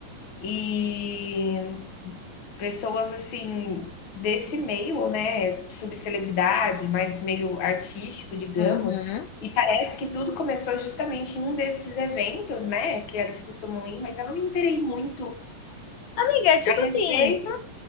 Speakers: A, on the left; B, on the left.
A: e pessoas assim desse meio, né, subcelebridade, mas meio artístico, digamos.
B: Uhum.
A: E parece que tudo começou justamente em um desses eventos, né, que eles costumam ir, mas eu não me interei muito
B: Amiga, é tipo
A: a respeito.
B: assim,